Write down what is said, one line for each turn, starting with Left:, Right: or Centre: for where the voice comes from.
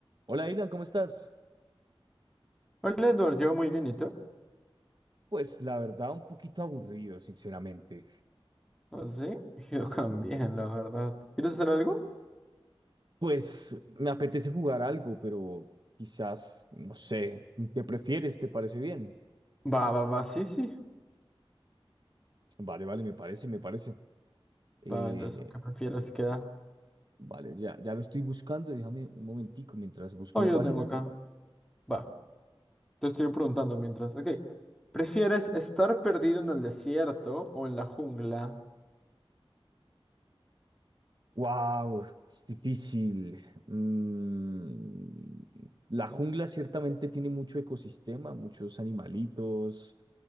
Right: Hola, Dylan, ¿cómo estás?
Centre: Hola Edward, yo muy bien, ¿y tú?
Right: Pues la verdad, un poquito aburrido, sinceramente.
Centre: ¿Ah, sí? <laughs> Yo también, la verdad. ¿Quieres hacer algo?
Right: Pues me apetece jugar algo, pero quizás, no sé, ¿qué prefieres? ¿Te parece bien?
Centre: Va, va, va, sí, sí.
Right: Vale, vale, me parece, me parece. Eh,
Centre: Va, entonces, ¿qué prefieres que da?
Right: vale, ya, ya lo estoy buscando, déjame un momentico mientras busco
Centre: Oh,
Right: la
Centre: yo
Right: página.
Centre: lo tengo acá. Va, te estoy preguntando mientras. Ok. ¿Prefieres estar perdido en el desierto o en la jungla?
Right: ¡Wow! Es difícil. Mm, la jungla ciertamente tiene mucho ecosistema, muchos animalitos